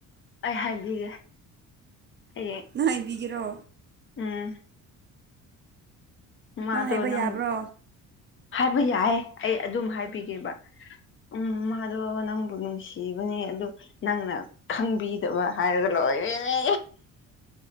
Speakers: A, on the left; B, on the right.
A: ꯑꯩ ꯍꯥꯏꯕꯤꯒꯦ ꯍꯌꯦꯡ
B: ꯅꯪ ꯍꯥꯏꯕꯤꯒꯦꯔꯣ
A: ꯎꯝ ꯃꯥꯗꯣ
B: ꯍꯥꯏꯕ
A: ꯅꯪ
B: ꯌꯥꯕ꯭ꯔꯣ
A: ꯍꯥꯏꯕ ꯌꯥꯏꯌꯦ ꯑꯩ ꯑꯗꯨꯝ ꯍꯥꯏꯕꯤꯒꯦꯕ ꯎꯝ ꯃꯥꯣ ꯅꯪꯕꯨ ꯅꯨꯡꯁꯤꯕꯅꯦ ꯑꯗꯨ ꯅꯪꯅ ꯈꯪꯕꯤꯗꯕ ꯍꯥꯏꯔꯒ ꯂꯣꯏꯔꯅꯦ